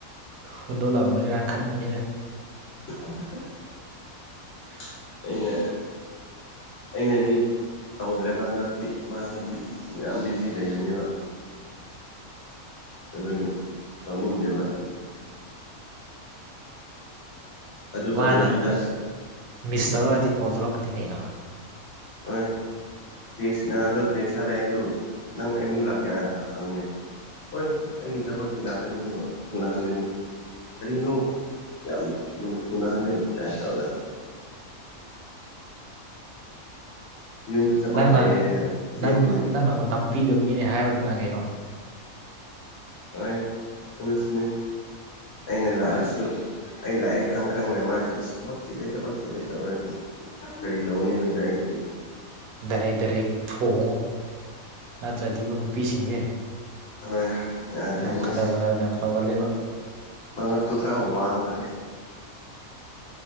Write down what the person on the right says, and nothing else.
ꯍꯨꯟꯗꯣꯛꯂꯝꯂꯔꯣꯏꯗ꯭ꯔ ꯈꯟꯕꯅꯤꯗ
<inaudible>
ꯋꯥꯅ ꯃꯤꯁ ꯇꯧꯔꯛꯑꯗꯤ ꯀꯣꯜ ꯇꯧꯔꯛꯀꯅꯤ ꯀꯩꯅꯣ
ꯅꯪꯅ
ꯅꯪꯅ ꯅꯪꯅ ꯃꯇꯝ ꯄꯤꯗꯕꯒꯤꯅꯦ ꯍꯥꯏꯕꯗꯨꯅ ꯀꯩꯅꯣ
ꯗꯥꯔꯦꯛ ꯗꯥꯔꯦꯛ ꯊꯣꯡꯉꯣ ꯅꯠꯇ꯭ꯔꯗꯤꯀꯣ ꯅꯨꯄꯤꯁꯤꯡꯖꯦ
ꯌꯥꯝ
ꯀꯗꯔ ꯃꯗꯔ ꯌꯥꯝ ꯇꯧꯒꯜꯂꯦꯕꯥ